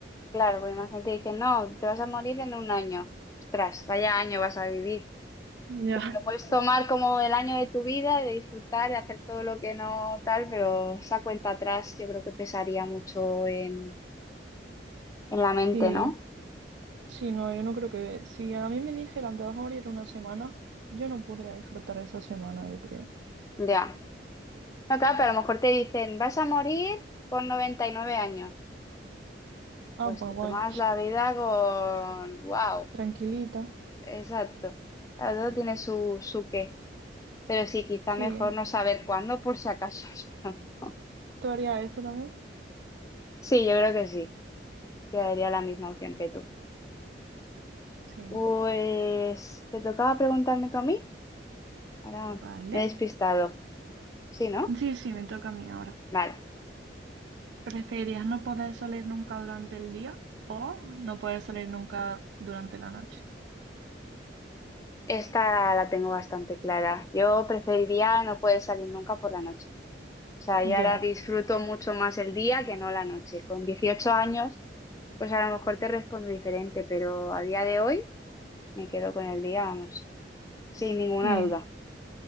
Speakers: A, on the left; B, on the right.
A: Claro, porque imagínate, dicen, no, te vas a morir en un año. Ostras, vaya año vas a vivir.
B: Ya,
A: Lo puedes tomar como el año de tu vida, de disfrutar, de hacer todo lo que no tal, pero esa cuenta atrás yo creo que pesaría mucho en, en la mente,
B: sí,
A: ¿no?
B: sí, no, yo no creo que, si a mí me dijeran te vas a morir en una semana, yo no podría disfrutar de esa semana, yo creo.
A: Ya. No, claro, pero a lo mejor te dicen, vas a morir con 99 años.
B: Ah,
A: Pues
B: pues
A: te
B: guay.
A: tomas la vida con... ¡Wow!
B: Tranquilita.
A: Exacto. Claro, todo tiene su, su qué. Pero sí, quizá
B: Sí.
A: mejor no saber cuándo por si acaso <laughs> es pronto.
B: ¿Tú harías eso también?
A: Sí, yo creo que sí. Quedaría la misma opción que tú.
B: Sí.
A: Pues, ¿te tocaba preguntarme tú a mí? Ahora
B: Vale.
A: me he despistado. Sí, ¿no?
B: Sí, sí, me toca a mí ahora.
A: Vale.
B: ¿Preferirías no poder salir nunca durante el día o no poder salir nunca durante la noche?
A: Esta la tengo bastante clara. Yo preferiría no poder salir nunca por la noche. O sea,
B: Ya.
A: y ahora disfruto mucho más el día que no la noche. Con 18 años, pues a lo mejor te respondo diferente, pero a día de hoy me quedo con el día, vamos, sin ninguna
B: Sí.
A: duda.